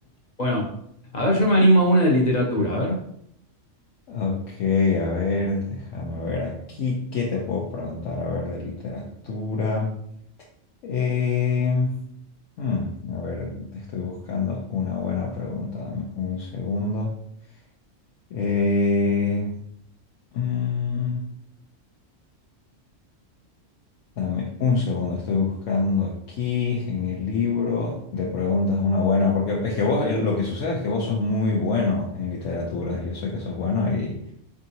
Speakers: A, on the left; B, on the left.
A: Bueno, a ver, yo me animo a una de literatura, a ver.
B: Ok, a ver, déjame ver aquí qué te puedo preguntar, a ver, de literatura. Em, hmm, a ver, te estoy buscando una buena pregunta, dame un segundo. Eh, mm, dame un segundo, estoy buscando aquí en el libro de preguntas una buena, porque es que vos, eh, lo que sucede es que vos sos muy bueno en literatura, yo sé que sos bueno y